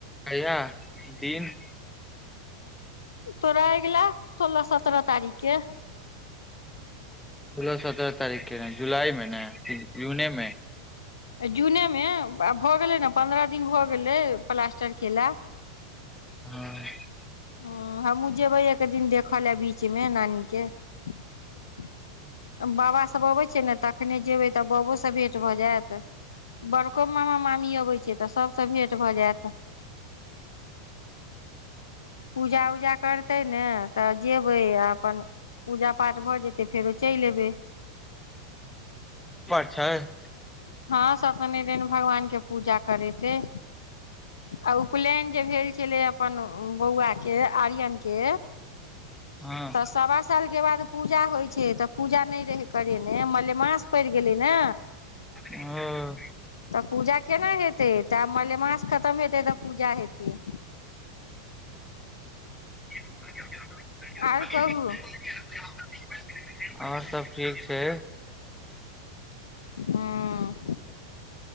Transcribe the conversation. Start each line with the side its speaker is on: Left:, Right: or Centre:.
Centre: कहीया दिन।
Left: तोरा अयगला सोलह सतरह तारिखके।
Centre: सोलह सत्रह तारीख के। जुलाई मे ने की जूनेमे
Left: जूनेमे आब भऽ गेलै ने पन्द्रह दिन भऽ गेलै प्लास्टर केेला।
Centre: हँ
Left: हां हमहु जेबै एक दिन देखऽ ल बीच मे नानी के। त बाबा सब अबै छैय ने तखने जेबै तऽ बबोसँ भेट भऽ जायत बड़को मामा मामी अबै छैय तऽ सभसँ भेट भऽ जायत। पूजा उजा करतै ने तऽ जेबै आ अपन पूजा पाठ भऽ जेतै फेरो चलि एबै।
Centre: छैय
Left: हँ सतनि दिन भगवान के पूजा करेतय। आ उपनयन जे भेल छलै अपन बौआ के आर्यन के
Centre: हँ
Left: तऽ सवा सालके बाद पूजा होइत छैय तऽ पूजा नहि रहै करेने मलेमास पड़ि गेलै ने।
Centre: ओ
Left: तऽ पूजा केना हेतै तऽ आब मलेमास खतम हेतै तऽ पूजा हेतै।
Centre: ह <unintelligible>
Left: आर कहू
Centre: आओर सभ ठीक छै
Left: हँ